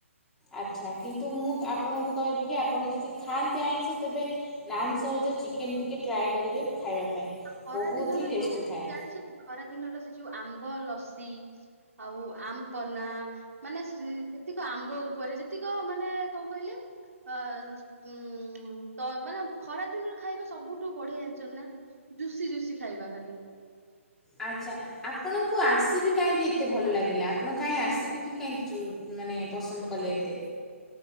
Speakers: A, in the centre; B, on the right (about 85°).
A: ଆଚ୍ଛା କିନ୍ତୁ ମୁଁ ଆପଣଙ୍କୁ କହିବି କି ଆପଣ ଯଦି ଖାଆନ୍ତି ଆଇଁଷ ତେବେ ନାନ୍ ସହିତ ଚିକେନ୍ ଟିକିଏ ଟ୍ରାଏ କରିବେ ଖାଇବା ପାଇଁ।
B: ଆଉ ଖରା
A: ବହୁତ
B: ଦିନର
A: ହି ଟେଷ୍ଟି
B: ଯୋଉ
A: ଥାଏ
B: ଜାଣିଛନ୍ତି। ଖରା ଦିନର ସେ ଯୋଉ ଆମ୍ବ ଲସି ଆଉ ଆମ୍ ପନା ମାନେ ଯେତିକ ଆମ୍ବ ଉପରେ ଯେ ଯେତିକ ମାନେ କଣ କହିଲେ ଅ ଉ ତ ମାନେ ଖରା ଦିନରେ ଖାଇବା ସବୁଠୁ ବଢିଆ ଜାଣିଛ ନାଁ ଜୁସି ଜୁସି ଖାଇବା ଖାଲି।
A: ଆଚ୍ଛା ଆପଣଙ୍କୁ ଆର୍ସିବି କାହିଁକି ଏତେ ଭଲ ଲାଗିଲା ଆପଣ କାହିଁକି ଆସିବି କି କାହିଁକି ଚୁ ମାନେ ପସନ୍ଦ କଲେ ଏତେ।